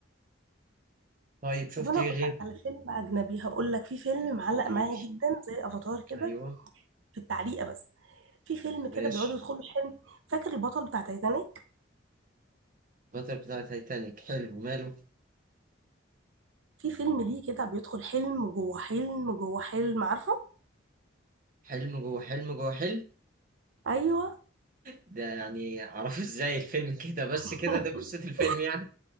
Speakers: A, on the right; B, on the right.
A: طيب شفتي
B: طب أنا
A: ايه
B: هقول
A: غير
B: لك على فيلم أجنبي هقول لك في فيلم معلق
A: قوليلي
B: معايا جدا زي أفاتار كده
A: ايوه
B: في التعليقة بس في فيلم
A: ماشي
B: كده بيقعدوا يدخلوا حلم فاكر البطل بتاع تايتانيك
A: البطل بتاع تايتانيك حلو ماله
B: في فيلم ليه كده بيدخل حلم جوه حلم جوه حلم عارفه
A: حلم جوه حلم جوه حلم
B: ايوه
A: ده يعني اعرفه ازاي الفيلم كده بس
B: <laughs>
A: كده ده قصة الفيلم يعني